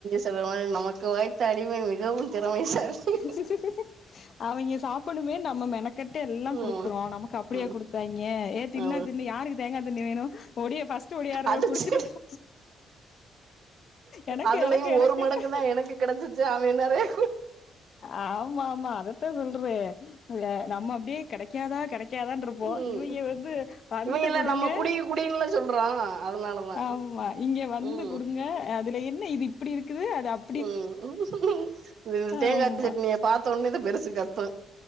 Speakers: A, on the right; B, on the left.
A: சொல்லுவாங்க நமக்கு வாய்த்த அடிமை மிகவும் திறமைசாலி
B: சக்கு ச அவங்க சாப்பிடனுமேனு நம்ம மெனக் கெட்டு எல்லா குடுக்குறோ
A: ஆமா
B: நமக்கு அப்டியா
A: ம்
B: குடுத்தாங்கே ஏ தின்னா
A: ஆமா
B: தின்னு யாருக்கு தேங்கா தண்ணி வேணு ஒடியா ஃபர்ஸ் ட் ஒடியார்ரவுக
A: அடிச்சு
B: குடிச்சிட்டு போ எனக்கு
A: அதுலயு
B: எனக்கு எனக்குன்ட்டு
A: ஒரு மடக்கு தா எனக்கு கெடச்சிச்சி அவ நெறையா
B: ஆமா ஆமா அதத்தா சொல்றே நம்ம அப்டியே கெடை க்காதா கெடைக்காதாருப் போ
A: ம்
B: இவங்க வந்து வந்து
A: இவங்கெல்லா
B: குடுங்க
A: நம்ம குடி குடின்னுல சொல்றோ அதனாலதா
B: ஆமா இங்க வந்து
A: ம்
B: குடுங்க அதுல என்ன இது இப்படி இருக்குது அது அப்
A: ம் தேங்காசட்னிய
B: ஆமா
A: பாத்தோன இந்த பெருசு கத்து